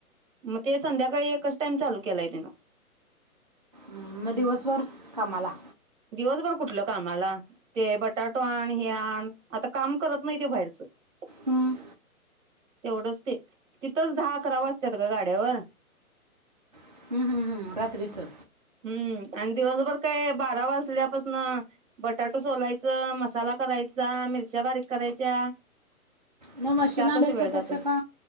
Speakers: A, on the right (about 55°); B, on the right (about 30°).
A: मग ते संध्याकाळी एकच टाइम चालू केलय तिनं
B: मम दिवसभर कामाला
A: दिवसभर कुठलं कामाला ते बटाटो आण, हे आण आता काम करत नाही ते बाहेरचं
B: हम्म
A: तेवढंच ते तिथंच दहा अकरा वाजत्यात ग गाड्यावर
B: हम्म, हम्म, हम्म रात्रीचं
A: हम्म आणि दिवसभर काय बारा वाजल्यापासून बटाटो सोलायचा, मसाला करायचा, मिरच्या बारीक करायच्या
B: म मशीन
A: त्यातच
B: आणायचं
A: वेळ जातोय
B: त्याच का